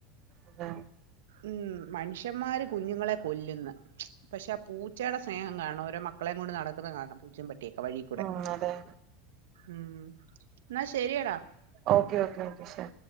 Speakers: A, on the right (about 50°); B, on the right (about 80°).
A: അതെ
B: ഉം മനുഷ്യന്മാര് കുഞ്ഞുങ്ങളെ കൊല്ല്ന്ന് പഷേ ആ പൂച്ചേടെ സ്നേഹം കാണോ ഓരോ മ ക്കളേ കൊണ്ട് നടക്ക്ന്നെ കാണം പൂച്ചേ പട്ടിയൊക്കെ വഴീ കൂടെ
A: ഉം അതെ
B: ഉം ന്നാ ശ് ശരിയടാ
A: ഓക്കെ ഓക്കെ ഓക്കെ ശാ